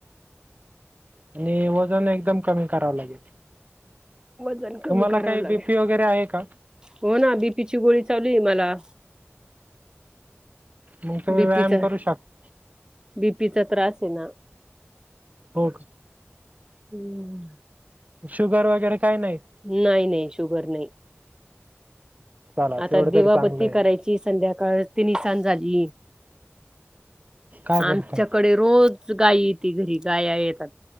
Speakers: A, on the right; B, on the right.
A: आणि वजन एकदम कमी करावं लागेल.
B: वजन कमी
A: तुम्हाला
B: करावं
A: काही
B: लागेल,
A: बीपी वगैरे आहे का
B: हो ना बीपीची गोळी चालू आहे मला.
A: मग तुम्ही
B: बीपीचा,
A: व्यायाम करू शकता
B: बीपीचा त्रास आहे ना.
A: हो
B: हम्म
A: शुगर वगैरे काही नाही?
B: नाही नाही शुगर नाही
A: चला
B: आता
A: तेवढं
B: दिवाबत्ती
A: तरी चांगलं आहे
B: करायची ची संध्याकाळ तिन साज झाली
A: काय बोलताय
B: आमच्याकडे रोज गाय येती घरी गाया येतात